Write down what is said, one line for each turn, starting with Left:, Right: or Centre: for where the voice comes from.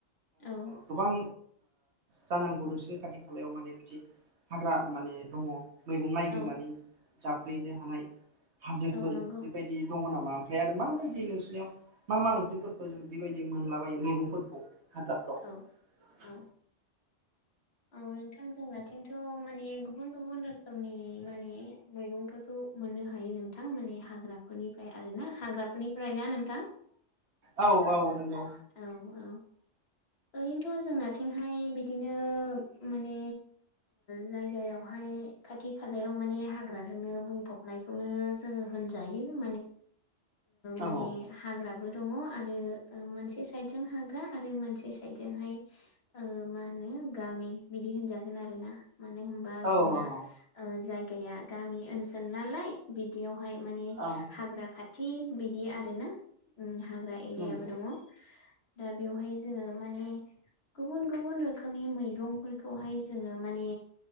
Left: औ
Right: गोबां जानांगौ नोंसिनि खाथि खालायाव माने बिदि हाग्रा माने दङ। मैगं नायगिरनानै
Left: औ
Right: जाफैनो हानाय हाजोफोर
Left: औ नंगौ
Right: बेबायदि दङ नामा? ओमफाय आरो माबायदि नोंसिनियाव मा मा ओंख्रिफोरखौ जों बेबायदि मोनलाबायो मैगंफोरखौ हाग्राफ्राव
Left: औ औ औ नोंथां जोंनाथिं थिंथमाने गुबुन गुबुन रोखोमनि माने मैगंफोरखौ मोननो हायो नोंथां माने हाग्राफोरनिफ्राय आरो ना हाग्राफोरनिफ्राय ना नोंथां?
Right: औ औ नंगौ।
Left: औ औ ओरैनोथ' जोंनिथिंहाय बिदिनो माने जायगायावहाय खाथि खालायाव माने हाग्राजोंनो बुंफबनायखौनो जों होनजायो
Right: औ
Left: माने हाग्राबो दङ आरो मोनसे साइद जों हाग्रा आरो मोनसे साइदजोंहाय मा होनो। गामि बिदि होनजागोन आरोना मानो होनबा
Right: औ
Left: जोंना
Right: औ
Left: जाय गैया गामि ओनसोल नालाय बिदियावहाय माने
Right: औ
Left: हाग्रा खाथि थि बिदि आरोना हाग्रा एरियाबो
Right: नंगौ
Left: दङ। दा बेवहाय जोङो माने गुबुन गुबुन रोखोमनि मैगंफोर खौहाय जोङो माने